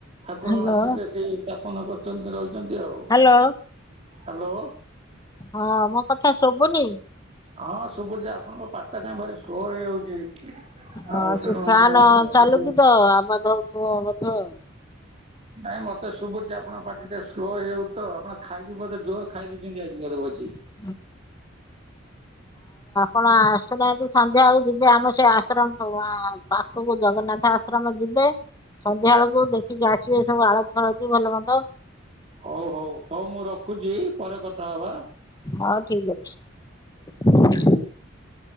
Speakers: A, on the right; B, on the left.
A: ଠାକୁର
B: ହ୍ୟାଲୋ
A: ଆସିକି ଏଠି ସା ସ୍ଥାପନ କରିଛନ୍ତି, ରହିଛନ୍ତି ଆଉ ହ୍ୟାଲୋ।
B: ହ୍ୟାଲୋ ହଁ, ମୋ କଥା ଶୁଭୁନି?
A: ହଁ, ଶୁଭୁଚି ଆପଣଙ୍କ ପାଟିଟା କାଇଁ ଭାରି ସ୍ଲୋ ହେଇଯାଉଛି।
B: ହଁ
A: ଆଉ ତେଣୁ
B: ସେ ଫ୍ୟାନ
A: ମୁଁ ଆଜି କହୁଛି।
B: <unintelligible> <unintelligible>
A: ନାଇଁ ମତେ ଶୁଭୁଛି ଆପଣଙ୍କ ପାଟି ଟିକେ ସ୍ଲୋ ହେଇଯାଉଚି ତ ଆପଣ ଖାଇକି ବୋଧେ ଜୋର ଖାଇ ଦେଇଛନ୍ତି ଆଜି ବୋଧେ ଭୋଜି।
B: <unintelligible> ପଣ ଆସୁନାହାନ୍ତି ସନ୍ଧ୍ୟାଳକୁ ଯିବେ ଆମ ସେ ଆଶ୍ରମ ଆ ପାଖକୁ ଜଗନ୍ନାଥ ଆଶ୍ରମ ଯିବେ। ସନ୍ଧ୍ୟା ବେଳକୁ ଦେଖିକି ଆସିବେ, ସବୁ ଆଳତି-ଫାଳତି, ଭଲ ମନ୍ଦ।
A: ହଉ, ହଉ, ହଉ, ମୁଁ ରଖୁଛି, ପରେ କଥା ହବା।
B: ହଉ, ଠିକ ଅଛି।